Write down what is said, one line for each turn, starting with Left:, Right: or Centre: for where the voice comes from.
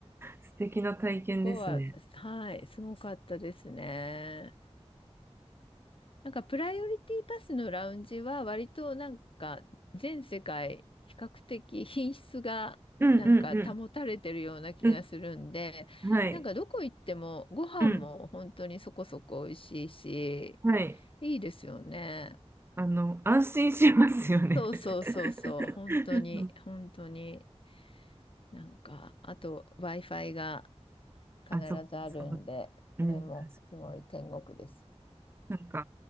Right: 素敵な体験ですね。
Left: ここは、はい、すごかったですね。なんかプライオリティパスのラウンジは割となんか全世界比較的品質がなんか保たれてるような気がするんで、
Right: うんうんうん。うん。はい。
Left: なんかどこ行ってもご飯も本当にそこそこ美味しいし、
Right: うん。はい。
Left: いいですよね。
Right: あの、安心しますよね。
Left: そうそうそうそう、
Right: <laughs>
Left: 本当に、
Right: うん
Left: 本当に、なんか、あと Wi-Fi が必ずあるんで、
Right: あ、そう、そう。うん、
Left: それもすごい天国です。
Right: 確かに。なんか、